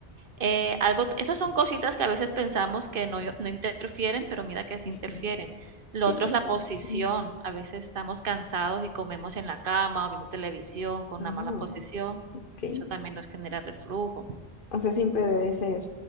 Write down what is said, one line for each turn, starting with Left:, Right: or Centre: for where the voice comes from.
Right: Eh, algo, estas son cositas que a veces pensamos que no, no interfieren, pero mira que sí
Left: Ujú.
Right: interfieren. Lo
Left: Sí
Right: otro
Left: tienen.
Right: es la posición.
Left: sí.
Right: A veces estamos cansados y comemos en la cama o viendo televisión con
Left: Ujú.
Right: una mala posición.
Left: Ok.
Right: Eso también nos genera reflujo.
Left: O sea, siempre debe ser